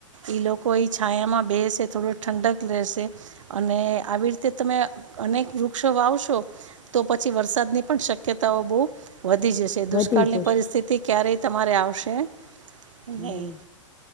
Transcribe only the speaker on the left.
વધી જશે
નઈ.